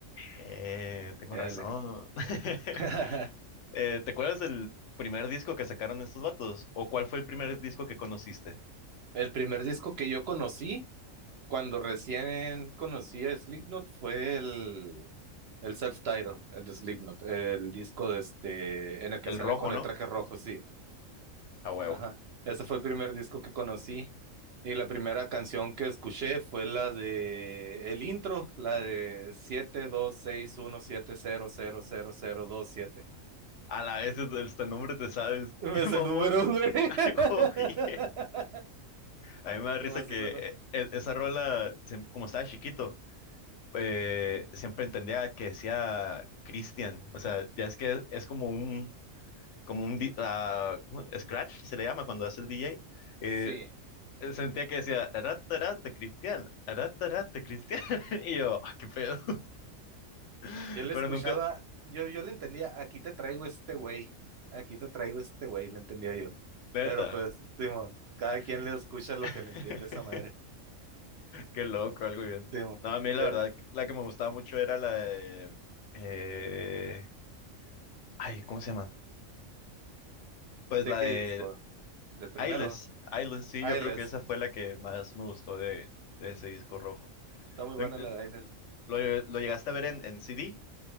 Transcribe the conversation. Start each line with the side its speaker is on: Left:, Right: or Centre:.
Left: Eh, tengo
Right: Dale.
Left: razón. <laughs>
Right: <laughs>
Left: Eh, ¿te acuerdas del primer disco que sacaron estos vatos? ¿O cuál fue el primer disco que conociste?
Right: El primer disco que yo conocí, cuando recién conocí a Slipknot, fue el, el self titled, el de Slipknot, el disco de este, en el que
Left: El
Right: salen
Left: rojo,
Right: con
Left: ¿no?
Right: el traje rojo, sí.
Left: A huevo.
Right: Ajá. Ese fue el primer disco que conocí. Y la primera canción que escuché fue la de el intro, la de siete siete dos dos seis uno siete cero cero cero cero dos siete.
Left: A la vez hasta hasta el nombre te sabes.
Right: Me
Left: <laughs> ¡Qué
Right: Es
Left: mamón!
Right: el número, güey. <laughs>
Left: <laughs> Algo bien. A mí me da risa
Right: ¿Qué más
Left: que
Right: hizo, no?
Left: eh, e- esa rola, se- como estaba chiquito, eh, siempre entendía que decía Christian. O sea, ya es que es como un, como un di- ah, ¿cómo? scratch, se le llama cuando hace
Right: Es-
Left: el DJ.
Right: Sí,
Left: Eh, eh, sentía que decía, arata, arata, Cristian, arata, arata, Cristian. <laughs> Y yo, ah, qué pedo. <laughs>
Right: yo le
Left: Pero
Right: escuchaba,
Left: nunca,
Right: yo, yo le entendía, aquí te traigo este güey, aquí te traigo este güey, le entendía yo.
Left: neta.
Right: Pero pues, Simón, cada
Left: <laughs>
Right: quien le escucha lo que le entiende esa madre.
Left: Qué loco, algo bien.
Right: Simón,
Left: No, a mí la
Right: ¿de,
Left: verdad, la que me gustaba mucho era la de... eh, ay, ¿cómo se llama? Pues
Right: de
Left: la
Right: qué
Left: de
Right: disco? De primero,
Left: Eyeless, Eyeless, sí,
Right: Ailes,
Left: yo creo que esa fue la que más me gustó de, de ese disco rojo.
Right: está muy
Left: ¿Lo,
Right: buena la de Ailes.
Left: lo- lo llegaste a ver en, en CD?